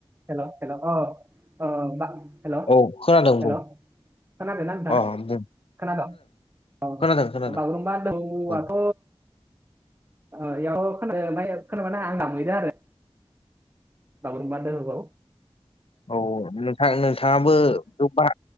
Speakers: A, on the right; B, on the left.
A: हेल हेल अ हेल'
B: औ खोनादों
A: हेल'।
B: बुं
A: खोनादों नोंथां
B: अ बुं
A: खोनादों औ
B: खोनादों खोनादों
A: बागुरुमबा दोहौ
B: बुं
A: आथ' बेयाव ख म खोनाबानो आं गामहैदों आरो बागुरुमबा दोहौवा
B: औ नोंथां नोंथाङाबो बेयाव बा